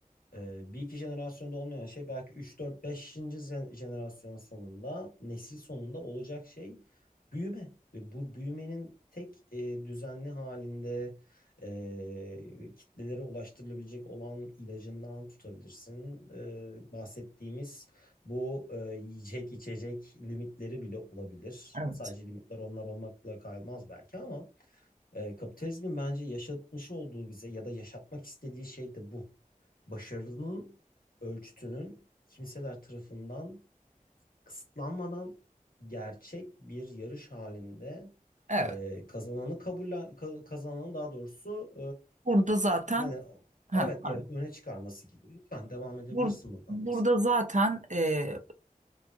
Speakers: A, on the left; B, on the right.
A: ee, bir iki jenerasyonda olmayan şey belki 3, 4, 5. jenerasyon sonunda, nesil sonunda olacak şey büyüme. Ve bu büyümenin tek e, düzenli halinde e, kitlelere ulaştırılabilecek olan ilacından tutabilirsin. Ee, bahsettiğimiz bu e, yiyecek içecek limitleri bile olabilir.
B: Evet.
A: Sadece limitler onlar olmakla kalmaz belki ama e, kapitalizmin bence yaşatmış olduğu bize ya da yaşatmak istediği şey de bu. Başarının ölçütünün kimseler tarafından kısıtlanmadan gerçek bir yarış halinde
B: Evet.
A: e, kazananı kabullen ka- kazananı daha doğrusu
B: Burada zaten
A: e, ne de-
B: ha,
A: evet
B: pardon.
A: ya öne çıkarması gibi. Lütfen devam edebilirsin
B: Bur-
A: buradan
B: burada
A: mesela.
B: zaten e,